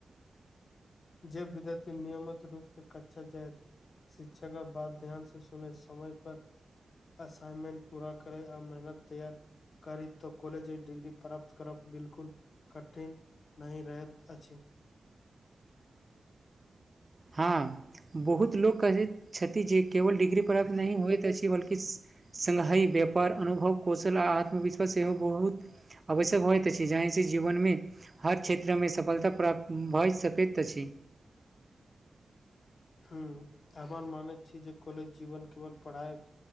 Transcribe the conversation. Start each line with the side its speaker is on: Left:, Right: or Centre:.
Left: जे विद्यथि नियमित रूप से कछा जाइ। शिक्षा क बात ध्यान से सुने समय पर असाइनमेंट पूरा करै आ मेहनत तैयार करी तो कॉलेज डिग्री प्राप्त करब बिल्कुल कठिन। नै रहैत अछि
Right: हँ बहुत लोक कहैत छथि जे केवल डिग्री प्राप्त नै होइत अछि बल्कि। संधाई व्यापार अनुभव कौशल आ आत्मविश्वास सेहो बहुत। आवश्यक होइत छै जहिसँ जीवनमे। हर क्षेत्रमे सफलता प्राप्त भऽ सकैत अछि।
Left: <unintelligible> मानै छी जे कॉलेज जीवन केवल पढ़ाइ।